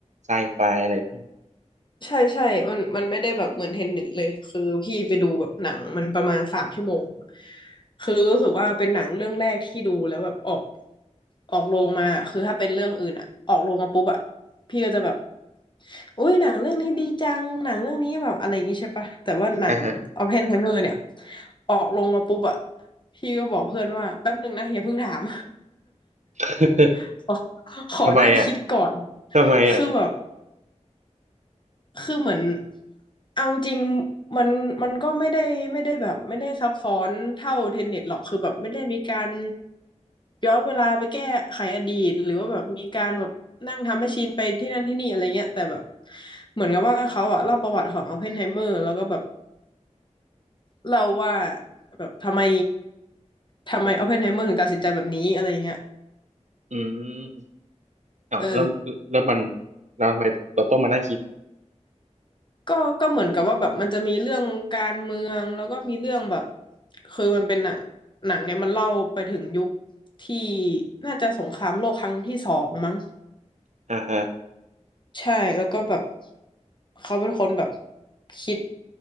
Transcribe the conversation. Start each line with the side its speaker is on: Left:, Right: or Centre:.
Right: ไซไฟอะไรพวกนี้
Left: ใช่ใช่มันมันไม่ได้แบบเหมือนเทนนิสเลยคือพี่ไปดูแบบหนังมันประมาณสามชั่วโมงคือรู้สึกว่าเป็นหนังเรื่องแรกที่ดูแล้วแบบออกออกโรงมาคือถ้าเป็นเรื่องอื่นอะออกโรงมาปุ๊บอะพี่ก็จะแบบอุ้ยหนังเรื่องนี้ดีจังหนังเรื่องนี้แบบอะไรอย่างงี้ใช่ปะแต่ว่าหนังออปเพนไฮเมอร์เนี่ย
Right: อ่าฮะ
Left: ออกโรงมาปุ๊บอะพี่ก็บอกเพื่อนว่าแป๊บนึงนะอย่าเพิ่งถาม
Right: <laughs>
Left: <laughs> ขอขอนั่งคิดก่อน
Right: ทำไมอ่ะทำไมอ่ะ
Left: คือแบบ คือเหมือนเอาจริงๆมันมันก็ไม่ได้ไม่ได้แบบไม่ได้ซับซ้อนเท่าเทนเน็ตหรอกคือแบบไม่ได้มีการย้อนเวลาไปแก้ไขอดีตหรือว่าแบบมีการแบบนั่งทำแมชชีนไปที่นั่นที่นี่อะไรเงี้ยแต่แบบเหมือนกับว่าเขาอะเล่าประวัติของอ p พนไฮเมอร์แล้วก็แบบเล่าว่าแบบทำไมทำไมอ p พนไฮเมอร์ถึงตัดสินใจแบบนี้อะไรเงี้ย
Right: อืมเอ้าแล้วแล้วมัน
Left: เออ
Right: เราทำไมเราต้องมานั่งคิด
Left: ก็ก็เหมือนกับว่าแบบมันจะมีเรื่องการเมืองแล้วก็มีเรื่องแบบคือมันเป็นหนังหนังเนี่ยมันเล่าไปถึงยุคที่น่าจะสงครามโลกครั้งที่สองมั้ง
Right: อ่าฮะ
Left: ใช่แล้วก็แบบเขาเป็นคนแบบคิด